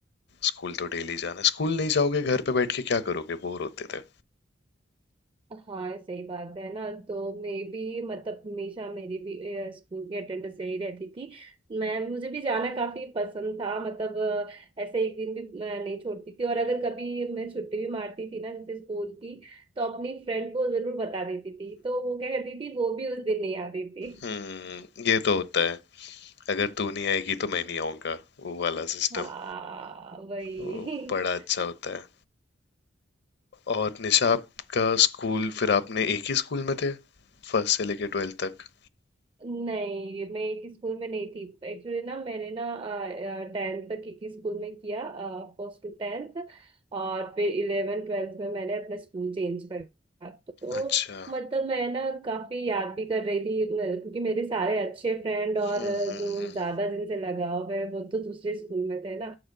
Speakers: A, on the left; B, on the right.
A: स्कूल तो डेली जाना है। स्कूल नहीं जाओगे घर पे बैठ के क्या करोगे बोर होते थे
B: हाँ सही बात है ना तो मैं भी मतलब हमेशा मेरी भी अ, स्कूल की अटेंडेंस सही रहती थी मैं मुझे भी जाना काफी पसंद था मतलब अ, ऐसे एक दिन भी अ, नहीं छोड़ती थी और अगर कभी मैं छुट्टी भी मारती थी ना जैसे स्कूल की तो अपनी फ्रेंड को जरूर बता देती थी तो वो क्या करती थी वो भी उस दिन नहीं आती थी
A: हम्म ये तो होता है अगर तू नहीं आएगी तो मैं नहीं आऊंगा वो वाला सिस्टम
B: हाँ वही
A: वो बड़ा
B: <laughs>
A: अच्छा होता है और निशा आपका स्कूल फिर आपने एक ही स्कूल में थे फर्स्ट से लेके ट्वेल्थ तक
B: नहीं मैं एक स्कूल में नहीं थी एक्चुअली ना मैंने ना टेंथ तक एक ही स्कूल में किया First to tenth और फिर इलेवन ट्वेल्थ में मैंने अपना स्कूल चेंज कर दिया। तो
A: अच्छा
B: मतलब मैं ना काफी याद भी कर रही थी मैं- क्योंकि मेरे सारे अच्छे फ्रेंड और
A: हम्म
B: अ,
A: हम्म
B: जो
A: हम्म
B: ज्यादा जिनसे लगाव है वो तो दूसरे स्कूल में थे ना